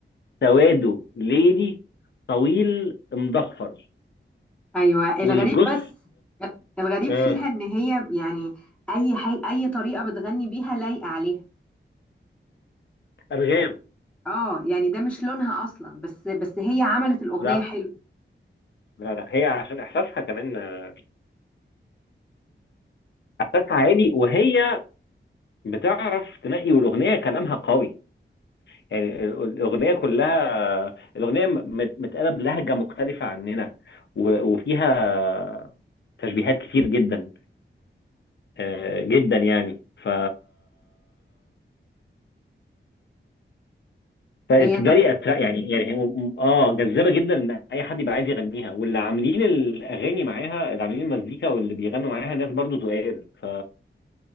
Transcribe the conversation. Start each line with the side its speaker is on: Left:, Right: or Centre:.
Left: سواده ليلي طويل مضفر
Centre: ايوه الغريب
Left: والجث
Centre: بس الغريب
Left: اه
Centre: فيها ان هي يعني اي حي... اي طريقه بتغني بيها لايقه عليها
Left: والارغام
Centre: يعني اه يعني ده مش لونها اصلا بس بس هي عملت الاغنيه
Left: لا
Centre: حلو
Left: لا لا هي عشان احساسها كمان آه، احساسها عالي وهي بتعرف تنقي والاغنيه كلامها قوي يعني الاغنيه كلها الاغنيه مت- متقاله بلهجه مختلفه عننا و- وفيها تشبيهات كتير جدا آه، جدا يعني ف فبالتالي
Centre: هي ت...
Left: أترا- يعني يعني هي م- اه جذابه جدا ان اي حد يبقى عايز يغنيها واللي عاملين الاغاني معاها اللي عاملين المزيكا واللي بيغنوا معاها ناس برضو تقال ف